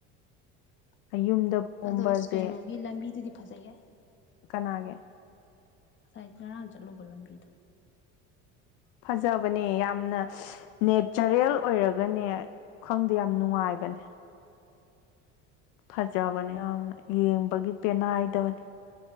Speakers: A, on the left; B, on the left.
A: ꯃꯌꯨꯝꯗ ꯄꯣꯝꯕꯖꯦ
B: ꯑꯗꯣ ꯑꯁ ꯀꯩꯅꯣꯒꯤ ꯂꯝꯕꯤꯗꯨꯗꯤ ꯐꯖꯩꯍꯦ
A: ꯀꯅꯥꯒꯤ
B: ꯉꯁꯥꯏ ꯉꯔꯥꯡ ꯆꯠꯂꯨꯕ ꯂꯝꯕꯤꯗꯣ
A: ꯐꯖꯕꯅꯦ ꯌꯥꯝꯅ ꯅꯦꯆꯔꯦꯜ ꯑꯣꯏꯔꯒꯅꯦ ꯈꯪꯗꯦ ꯌꯥꯝ
B: ꯎꯝ
A: ꯅꯨꯡꯉꯥꯏꯕꯅꯦ ꯐꯖꯕꯅꯦ ꯌꯥꯝꯅ ꯌꯦꯡꯕꯒꯤ ꯄꯦꯟꯅꯥꯏꯗꯕꯅꯦ